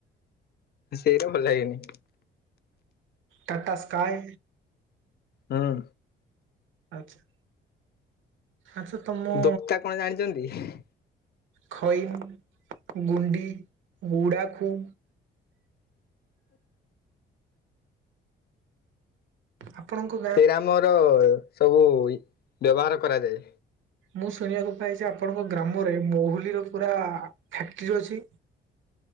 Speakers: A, on the left; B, on the right.
A: ସେଇରା ଭଲ ଲାଗେନି।
B: ଟାଟା ସ୍କାଏ।
A: ହୁଁ
B: ଆଚ୍ଛା। ଆଛା ତମ
A: ଦୋକ୍ତା କଣ ଜାଣିଛନ୍ତି?
B: ଖଇନି ଗୁଣ୍ଡି ଗୁଡାଖୁ। ଆପଣଙ୍କୁ
A: ସେରା ମର ସବୁ ବ୍ୟବହାର କରାଯାଏ।
B: ମୁଁ ଶୁଣିବାକୁ ପାଇଛି ଆପଣଙ୍କ ଗ୍ରାମରେ ମହୁଲିର ପୁରା ଫ୍ୟାକ୍ଟ୍ରି ଅଛି।